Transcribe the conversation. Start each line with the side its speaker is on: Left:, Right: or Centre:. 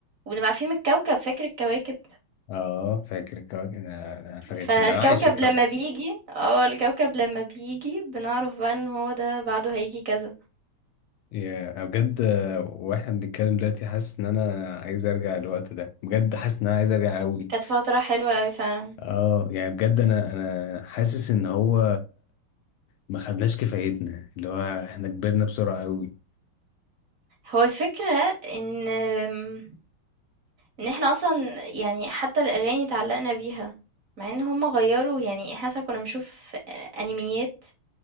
Right: وبنبقى عارفين من الكوكب، فاكر الكواكب؟
Left: اه فاكر الكواكب انا أنا فاكر
Right: فالكوكب
Left: كان ده انا عايش في الكواكب
Right: لمّا بييجي آه، الكوكب لمّا بييجي بنعرف بقى إن هو ده بعده هييجي كذا،
Left: يا أنا بجد آه، واحنا بنتكلم دلوقتي حاسس ان انا عايز ارجع الوقت ده بجد حاسس ان انا عايز ارجع قوي
Right: كانت فترة حلوة أوي فعلًا.
Left: اه يعني بجد انا انا حاسس ان هو ما خدناش كفايتنا اللي هو احنا كبرنا بسرعة قوي
Right: هو الفكرة إن آمم إن إحنا أصلًا يعني حتى الأغاني اتعلّقنا بيها، مع إن هُم غيّروا يعني إحنا مثلًا كنّا بنشوف أ أنيميات،